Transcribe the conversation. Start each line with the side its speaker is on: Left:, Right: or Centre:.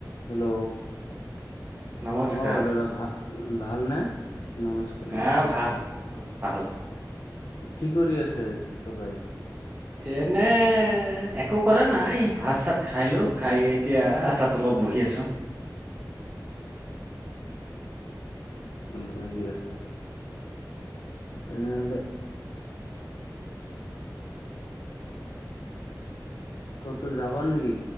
Left: Hello
Right: নমস্কাৰ
Left: অ' দাদা ভাল-ভাল নে? নমস্কাৰ,
Right: আহ
Left: নমস্কাৰ
Right: ভাল ভাল
Left: কি কৰি আছে ককাই?
Right: এনে একো কৰা নাই ভাত-চাত খাই লোঁ খাই এতিয়া ৰাস্তাত। ত অলপ বহি আছোঁ।
Left: <unintelligible> বহি আছে। তেনেহ'লে ক'তো যাবা নেকি